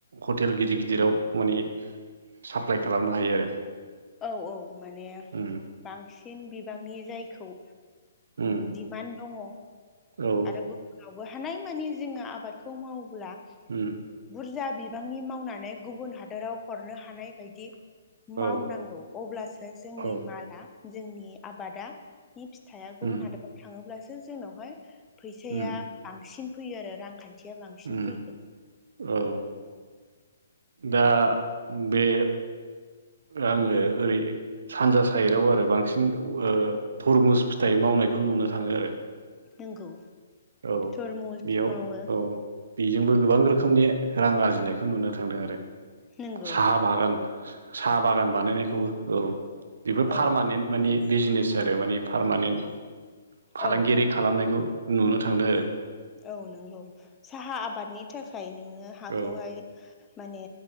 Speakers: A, on the right (about 65°); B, on the left (about 15°).
A: हटेल गिदिर गिदिराव माने साप्लाइ खालामनो हायो आरो
B: औ औ माने
A: उम
B: बांसिन बिबांनि जायखौ
A: ओम
B: दिडमान्ड दङ
A: औ
B: आरो गुबुनावबो हानाय मानि जोंङो आबादखौ माव्ला
A: उम
B: बुरजा बिबांनि मावनानै गुबुन हादोराव हरनो हानाय बायदि मावनांगौ
A: औ
B: अब्लासो जोंनि
A: औ
B: माआ जोंनि आबादा नि फिथाइआ गुबुन
A: उम
B: हादोराव थाङोब्लासो जोंनावहाय फैसाया
A: उम
B: बांसिन फैयो आरो रांखान्थिया बांसिन
A: उम
B: फैयो
A: औ दा बे आङो ओरै सानजा साइडआव आरो बांसिन थरमुस फिथाइ मावनायखौ नुनो थाङो आरो
B: नगौ
A: औ
B: थरमुस
A: बेयाव
B: मावो
A: औ बेजोंबो गोबां रोखोमनि रां आरजिनायखौ नुनो थांदों आरो
B: नंगौ
A: साहा बागान साहा बागान बानायनायखौबो औ बेफोर
B: औ
A: पारमानेन्ट माने बिजनेस आरो मान पारमानेन्ट फालांगियारि
B: औ
A: खालामनायखौ नुनो थांदो आरो
B: औ नंगौ साहा आबादनि थाखाय नोंनो हाखौहाय
A: औ
B: माने